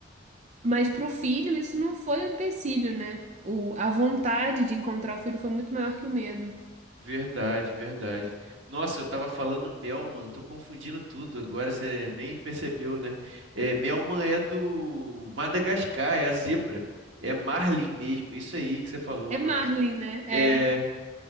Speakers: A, on the right (about 35°); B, on the right (about 90°).
A: Mas pro filho, isso não foi um empecilho, né? O, a vontade de encontrar o filho foi muito maior que o medo.
B: Verdade, verdade. Nossa, eu tava falando Melman, tô confundindo tudo agora, você nem percebeu, né? É, Melman é do Madagascar, é a zebra, é Marlin mesmo, isso aí que você falou
A: É
B: o
A: Marlin,
B: nome do.
A: né? É.
B: É,